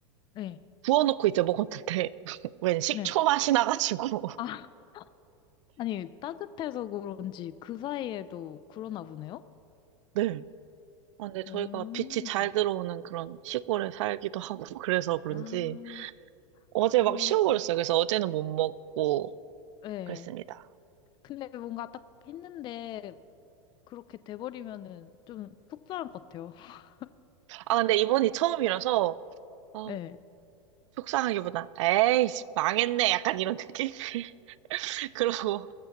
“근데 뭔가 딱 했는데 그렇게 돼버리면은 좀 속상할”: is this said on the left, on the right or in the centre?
Left